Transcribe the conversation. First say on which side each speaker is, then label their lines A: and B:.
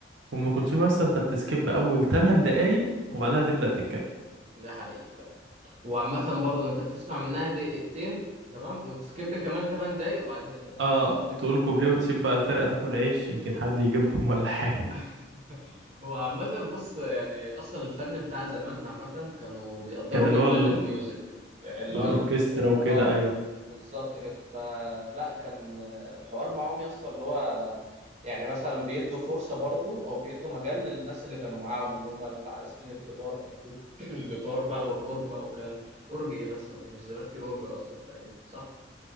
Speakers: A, on the right; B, on the right.
A: ام كلثوم اصلا انت بتسكيب اول ثمان دقايق وبعدها تبدا تتكيف
B: ده حقيقة فعلا وعامة برضه انت بتسمع منها دقيقتين تمام وتسكيب كمان 8 دقايق وبعدين تبدأ تتكيف
A: اه
B: <laughs>
A: تقول كوبليه وتسيب بقى الفرقه تاكل عيش يمكن حد يجيبهم <laughs> ولا حاجه
B: <laughs> هو عامة بص يعني أصلا الفن بتاع زمان عامة كانوا بيقدروا
A: كان اللي
B: جدا
A: هو ال...
B: الميوزك اللي
A: والاوركسترا
B: هو ال-
A: وكده
B: اه
A: ايوه
B: بالظبط كده فلا كان الحوار معاهم يسطا اللي هو يعني مثلا بيدوا فرصة برضو أو بيدوا مجال للناس اللي كانوا معاهم اللي هم اللي عازفين الجدار بقى الجد- <clears throat> الجيتار بقى والأورج بقى والكلام ده أورج إيه بس ما كانش زمان في أورج أصلا تقريبا صح؟